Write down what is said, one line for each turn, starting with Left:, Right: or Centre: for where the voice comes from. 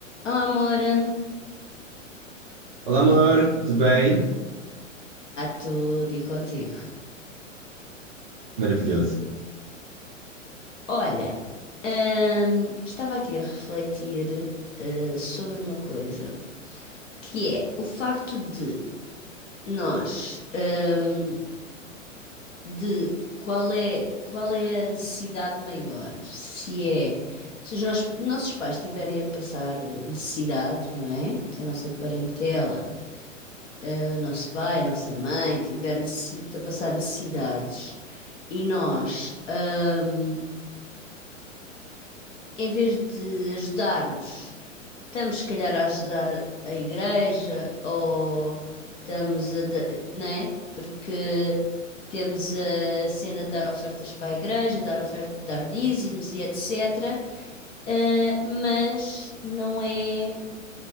Left: Oh, Amor, está
Right: Olá, amor, tudo bem?
Left: tudo e contigo.
Right: Maravilhoso.
Left: Olha, hum, estava aqui a refletir, eh, sobre uma coisa, que é o facto de nós, hum, de qual é, qual é a necessidade maior? Se é, se os nos- nossos pais estiverem a passar necessidade, não é? Se a nossa parentela, eh, o nosso pai, a nossa mãe tiver necessi- a passar necessidades e nós. hum, em vez de ajudarmos, estamos se calhar a ajudar a igreja ou estamos a, da- não é? Porque temos a cena de dar ofertas para a igreja, dar oferta, dar dízimos e etc. eh, mas não é,